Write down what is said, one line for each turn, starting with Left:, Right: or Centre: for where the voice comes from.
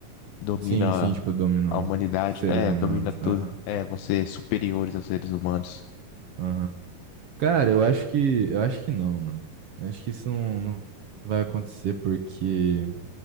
Left: domina
Right: sim, sim, tipo, dominou
Left: a humanidade.
Right: seres
Left: É,
Right: humanos.
Left: domina tudo.
Right: Aham,
Left: É, você é superiores aos seres humanos.
Right: aham. Cara, eu acho que, eu acho que não, mano. Eu acho que isso não, não vai acontecer porque